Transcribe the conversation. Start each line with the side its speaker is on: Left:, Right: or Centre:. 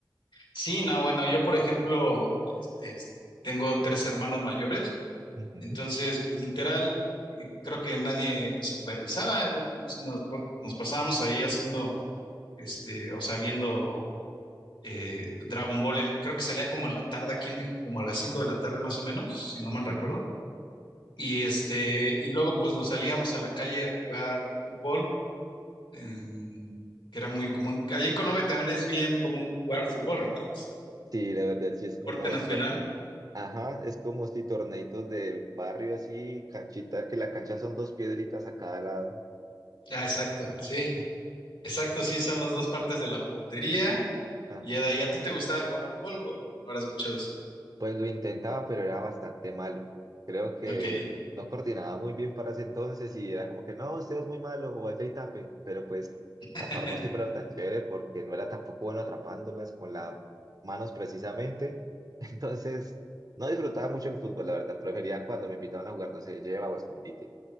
Left: Sí, no, bueno, yo por ejemplo es- es- tengo tres hermanos mayores,
Right: Ujú,
Left: entonces pues literal y creo que nadie me supervisaba, nos, nos- nos pasábamos ahí haciendo, este, o sea, viendo eh, Dragon Ball, en- creo que salía como en la tarde aquí en México, como a las cinco de la tarde más o menos, si no
Right: ujú.
Left: mal recuerdo, y este, y luego pues nos salíamos a la calle a jugar fútbol, en- que era muy común, allí en Colombia también es bien común jugar fútbol, ¿verdad? Es
Right: Sí, la verdad, sí es como,
Left: deporte nacional.
Right: to- ajá, es como si torneitos de barrio así, canchita, que la cancha son dos piedritas a cada lado,
Left: Ah, exacto,
Right: así.
Left: sí, exacto, sí, son las dos partes de la portería.
Right: Ajá.
Left: Y ya de ahí, ¿a ti te gustaba jugar fútbol o no eras mucho de eso?
Right: Pues lo intentaba, pero era bastante malo. Creo que
Left: Ok.
Right: no coordinaba muy bien para ese entonces y era como que no, usted es muy malo o vaya y tape. Pero pues
Left: <laughs>
Right: tapar no siempre era tan chévere porque no era tampoco bueno atrapándolas con las manos precisamente. <laughs> Entonces no disfrutaba mucho el fútbol, la verdad. Prefería cuando me invitaban a jugar, no sé, lleva o escondite.